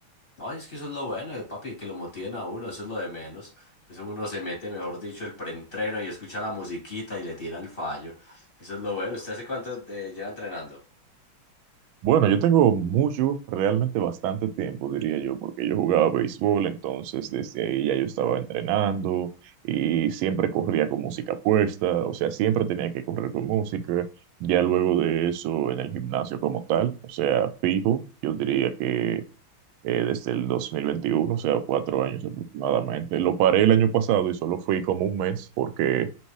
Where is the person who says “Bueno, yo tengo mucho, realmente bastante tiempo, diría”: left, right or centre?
Right